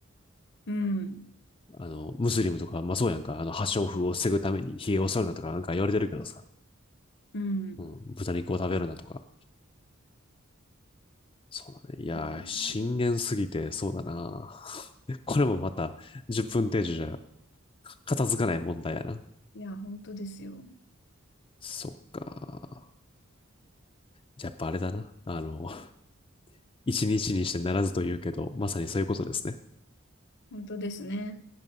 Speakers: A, on the left; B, on the left.
A: うん。
B: あの、ムスリムとか、まあそうやんか、あの、破傷風を防ぐために髭を剃るなとかなんか言われてるけどさ。
A: うん。
B: うん、豚肉を食べるなとか。そうだね。いやー、
A: そうだね
B: 深淵すぎてそうだな。<laughs> これもまた10分程度じゃ片付かない問題やな。
A: いや、本当ですよ。
B: そっか。じゃあやっぱあれだな。あの、<laughs> 一日にしてならずと言うけど、まさにそういうことですね。
A: 本当ですね。